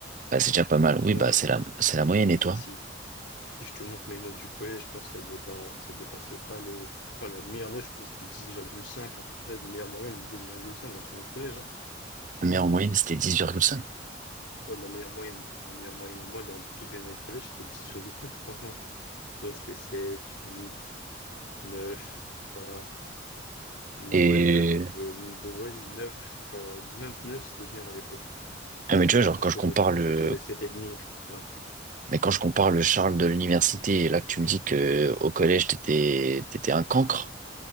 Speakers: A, on the right (about 45°); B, on the left (about 70°).
A: Bah, c'est déjà pas mal.
B: Moi,
A: Oui, bah, c'est la, c'est la moyenne, et
B: moi
A: toi?
B: aussi. Si je te montre mes notes du collège, je pense que ça dépa, ça dépassait pas les. Je parle la meilleure note, je pense que c'était 10,5, un truc comme ça, de meilleure moyenne, dix virgule cinq dans tout mon collège. Hein.
A: La meilleure moyenne, c'était dix virgule cinq
B: Ouais, ma meilleure moyenne, ma meilleure moyenne à moi dans toutes mes années de collège, c'était dix virgule cinq je pense. Hein. Sinon, c'était sept huit Neuf, voilà. Ouais,
A: Et,
B: neuf, euh, bah, vas-y, neuf, quand, même neuf, c'était bien à l'époque.
A: ah, mais tu vois, genre,
B: Je
A: quand je
B: connais
A: compare
B: plus
A: le,
B: autour des sept et demi, etc.
A: mais quand je compare le Charles de l'université, et là, que tu me dis que au collège, t'étais, t'étais un cancre,